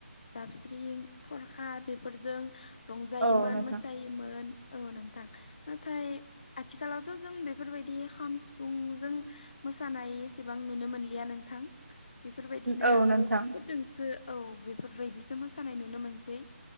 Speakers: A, on the left; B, on the right.
A: जाबस्रिं थरखा बेफोरजों रंजायोमोन
B: औ नोंथां
A: मोसायो मोन औ नोंथां नाथाय आथिखालावथ' जों बेफोरबायदि खाम सिफुंजों मोसानाय एसेबां नुनो मोनलिया नोंथां बेफोरबायदिनो
B: औ नोंथां
A: बक्सफोर जोंसो औ बेफोरबायदिसो मोसानाय नुनो मोनसै।